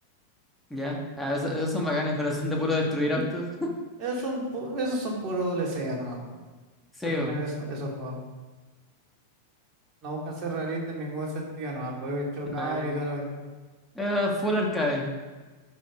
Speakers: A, in the centre; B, on the right.
A: Ya, Ah, eso- esos, son bacanes, pero son de puro destruir autos.
B: Esos son, pu- esos son puro lesea nomás, pues.
A: Sí,
B: Al final
A: bo.
B: eso, esos juegos. No buscan ser realistas en ningún sentido, no va a poder chocar
A: no.
B: y toda la cuestión.
A: Eh, full arcade.